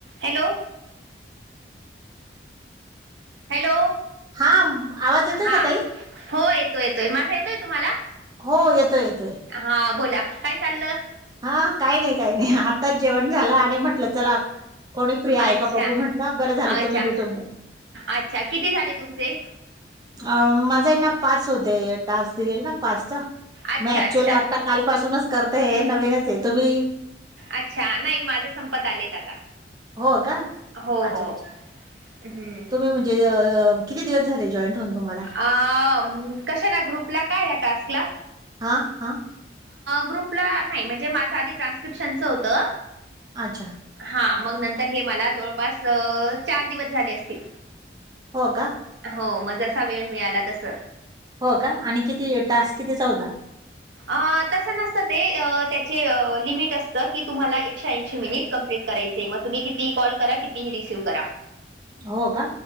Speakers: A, on the right; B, on the right.
A: Hello! Hello
B: हा आवाज येतोय
A: हा
B: का ताई
A: हो येतोय येतोय माझा येतोय तुम्हाला.
B: हो येतोय येतोय.
A: हा बोला काय चाललं.
B: हा काही नाही काही नाही आताच जेवण झालं आणि म्हटलं चला. कोणी फ्री आहे
A: अच्छा
B: का बघू म्हटल बरं झालं
A: अच्छा
B: तुम्ही भेटून. गेला
A: अच्छा किती झाले तुमचे.
B: अ माझा ना पाच होते टास्क दिलेला ना पाचचा मग
A: अच्छा
B: ऍक्च्युली
A: अच्छा
B: आता. कालपासूनच करताय नवीनच आहे तुम्ही
A: अच्छा नाही माझे संपत आलेत आता.
B: हो का
A: हो
B: अच्छा
A: हो हम्म
B: तुम्ही म्हणजे. अ.. किती दिवस झालय जॉईंट होऊन तुम्हाला
A: अ कसे ना ग्रुपला काय आहे टास्कला.
B: हा हा.
A: ग्रुपला नाही म्हणजे माझं आधी ट्रान्स्क्रिप्शनचं होतं.
B: अच्छा!
A: हा मग नंतर हे मला जवळपास चार दिवस झाले असतील.
B: हो का.
A: हो मग जसा वेळ मिळाला तस.
B: हो का आणि किती टास्क किती होता.
A: अ तसं नसतं ते त्याचे लिमिट असतं की तुम्हाला एकशे ऐंशी मिनिट कंप्ललीट करायचं. तेंव्हा तुम्ही कितीही कॉल करा कितीही रिसीव्ह करा.
B: हो का